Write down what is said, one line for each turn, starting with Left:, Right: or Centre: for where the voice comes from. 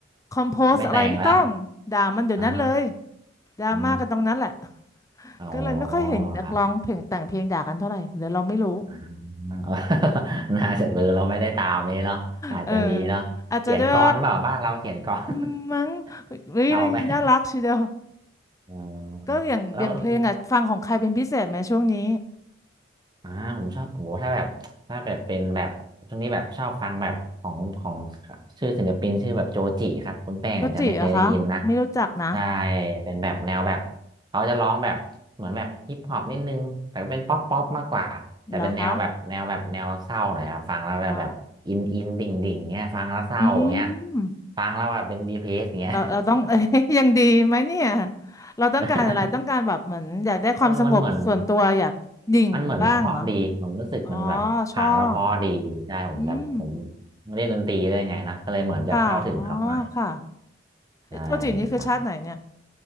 Left: คอมโพสอะไรไม่ต้องด่ามันเดี๋ยวนั้นเลย
Right: <laughs> ไม่แต่งละอ๋อ
Left: ดราม่ากันตรงนั้นแหละ
Right: อืมอ๋อ
Left: ก็เลยไม่ค่อยเห็นนักร้องเพลงแต่งเพลงด่ากันเท่าไหร่หรือเราไม่รู้
Right: ครับอืมเออ <laughs> น่าจะเลยเราไม่ได้ตามนี้เนาะอาจจะมีเนาะเขียนกลอนเปล่าบ้านเราเขียนกลอน
Left: เอออาจจะด้วย อืมมั้ง
Right: <laughs>
Left: เฮ้ยน่ารักทีเดียว
Right: เก่าไปอ๋อ
Left: ก็อย่างอย่างเพลงอ่ะฟังของใครเป็นพิเศษไหมช่วงนี้
Right: แล้วแล้วคุณ อ่าผมชอบโอ้โหถ้าแบบถ้าแบบเป็นแบบช่วงนี้แบบชอบฟังแบบของของชื่อศิลปินชื่อแบบโจจิครับคุณแป้งอาจจะไม่เคยได้ยินนะ
Left: โรจิเหรอคะไม่รู้จักนะ
Right: ใช่เป็นแบบแนวแบบเขาจะร้องแบบเหมือนแบบฮิปฮอปนิดนึงแต่ก็เป็นป๊อปป๊อปมากกว่าแต่เป็นแนวแบบแนวแบบแนวเศร้าหน่อยครับฟังแล้วแบบแบบอินอินดิ่งดิ่งเงี้ยฟังแล้วเศร้าเงี้ย
Left: เหรอคะเหรออืม
Right: ฟังแล้วแบบเป็นดีเพรสเงี้ย
Left: เราเราต้อง <laughs> เอ้ยยังดีไหมเนี่ยเราต้องการอะไรต้องการแบบเหมือนอยากได้ความสงบส่วนตัวอยากดิ่งบ้างเหรอ
Right: <laughs> เออมันเหมือน มันเหมือนเพราะดีผมรู้สึกเหมันแบบผังแล้วเพราะดีใช่ผมแบบผม
Left: อ๋อชอบอืม
Right: เล่นดนตรีได้วยไงนะก็เลยเหมือนจะเข้าถึงเขาหน่อย
Left: ค่ะอ๋อค่ะเอ้ยโรจินี่คือชาติไหนเนี่ย
Right: ใช่ครับ